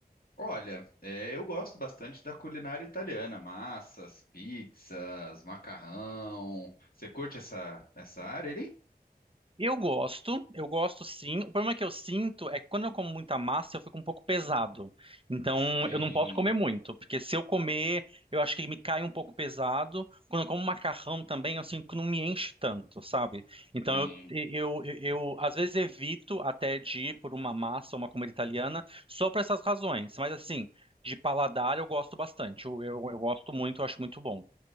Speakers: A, on the left (about 65°); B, on the right (about 35°).
A: Olha, é, eu gosto bastante da culinária italiana, massas, pizzas, macarrão. Você curte essa, essa área ali?
B: Eu gosto, eu gosto sim. O problema que eu sinto é que quando eu como muita massa, eu fico um pouco pesado. Então,
A: Sim,
B: eu não posso comer muito, porque se eu comer, eu acho que me cai um pouco pesado. Quando eu como macarrão também, eu sinto que não me enche tanto, sabe? Então,
A: sim.
B: eu, eu, eu, eu, às vezes evito até de ir por uma massa, uma comida italiana, só por essas razões. Mas assim, de paladar eu gosto bastante. Eu, eu, eu gosto muito, eu acho muito bom.